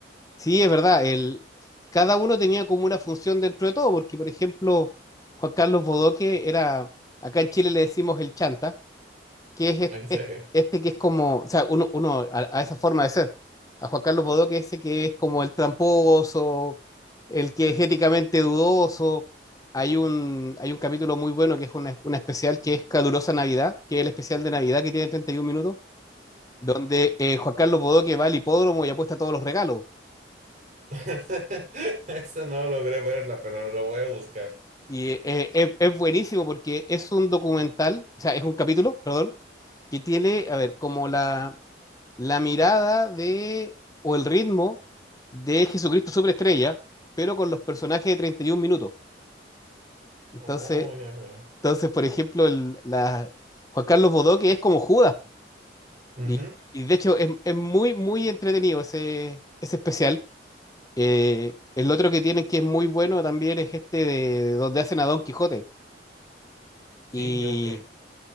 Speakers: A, on the left (about 20°); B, on the right (about 45°).
A: Sí, es verdad. El, cada uno tenía como una función dentro de todo, porque por ejemplo, Juan Carlos Bodoque era, acá en Chile le decimos el chanta, que es est-
B: En serio.
A: est- este, que es como, o sea, uno, uno a, a esa forma de ser. A Juan Carlos Bodoque ese que es como el tramposo, el que es éticamente dudoso. Hay un, hay un capítulo muy bueno que es una, una especial que es Calurosa Navidad, que es el especial de Navidad que tiene 31 minutos, donde eh, Juan Carlos Bodoque va al hipódromo y apuesta todos los regalos.
B: <laughs> Esta no logré verla, pero lo voy a buscar.
A: Y eh, eh, es, es buenísimo porque es un documental, o sea, es un capítulo, perdón, que tiene, a ver, como la, la mirada de, o el ritmo de Jesucristo Superestrella, pero con los personajes de 31 minutos. Entonces,
B: Oh, ya veo.
A: entonces por ejemplo, el, la, Juan Carlos Bodoque es como Judas.
B: Ujú.
A: Y, y de hecho es, es muy, muy entretenido ese, ese especial. Eh, el otro que tienen que es muy bueno también es este de, de donde hacen a Don Quijote. Y,
B: Sí, yo que